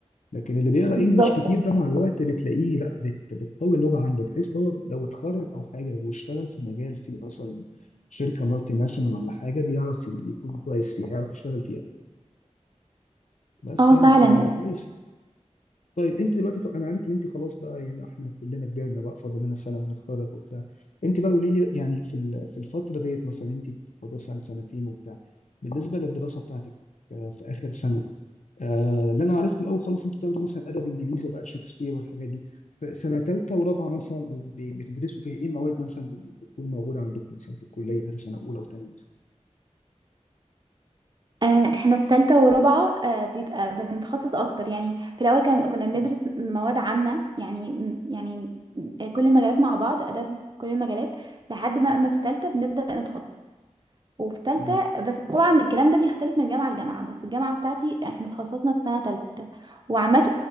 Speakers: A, on the left; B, on the right.
A: لكن اللي بيقرا
B: بالظبط
A: انجلش كتير ده مع الوقت بتلاقيه لا بت بتقوي اللغه عنده بحيث لو لو اتخرج او حاجه واشتغل في مجال فيه مثلا شركه مالتي ناشونال ولا حاجه بيعرف ي- يكون كويس فيها يعرف يشتغل فيها بس
B: اه
A: يعني
B: فعلا
A: فكويس طيب انت دلوقتي ف... انا عارف ان انت خلاص بقى يعني احنا كلنا كبرنا بقى فاضل لنا سنه ونتخرج وبتاع انت بقى قولي لي يعني في ال- في الفتره ديت مثلا انت فاضل سنه سنتين وبتاع بالنسبه للدراسه بتاعتك آه، في اخر سنه آه، اللي انا عارفه في الاول خالص انتوا بتاخدوا مثلا ادب انجليزي بقى شكسبير والحاجات دي فسنه ثالثه ورابعه مثلا او ب- بتدرسوا فيها ايه المواد مثلا اللي بتكون موجوده عندكم مثلا في الكليه غير سنه اولى وثانيه مثلا
B: آه، احنا في ثالثة ورابعة آه، بيبقى بنتخصص اكتر يعني في الاول كان كنا بندرس
A: مم.
B: مواد عامة يعني يعني آه، كل المجالات مع بعض اداب كل المجالات لحد ما ما في ثالثة بنبدأ نتخصص وفي ثالثة
A: مم.
B: بس طبعا الكلام ده بيختلف من جامعة لجامعة بس الجامعة بتاعتي احنا تخصصنا في سنة ثالثة وعامة